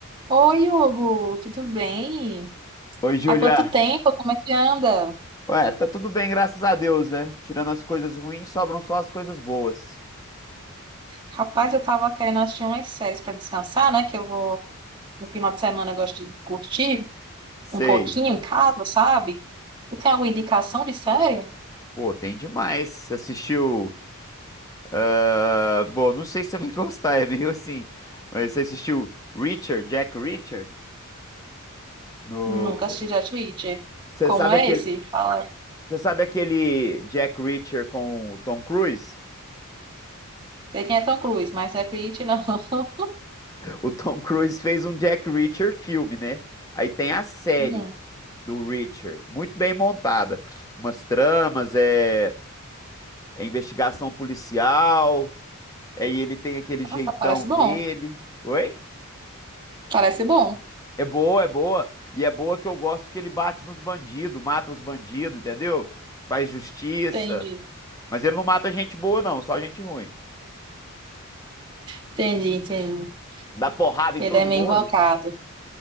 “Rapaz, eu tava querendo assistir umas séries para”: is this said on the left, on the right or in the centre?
Right